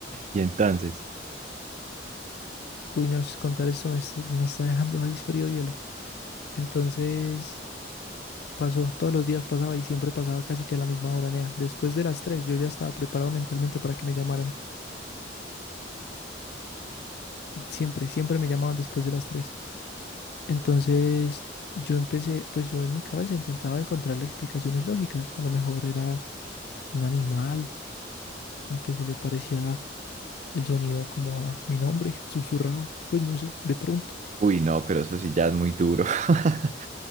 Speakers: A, on the right; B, on the left.
A: Y entonces,
B: Uy, no, es- contar esto me, es- me está dejando ahí frío hielo. Entonces... Pasó, todos los días pasaba y siempre pasaba casi que a la misma hora, Nea. Después de las 3 yo ya estaba preparado mentalmente para que me llamaran. Siempre, siempre me llamaban después de las tres Entonces yo empecé, pues yo en mi cabeza intentaba encontrarle explicaciones lógicas. A lo mejor era un animal al que se le parecía el sonido como a mi nombre, <laughs> susurrado. Pues no sé, de pronto.
A: uy, no, pero eso sí ya es muy duro. <laughs>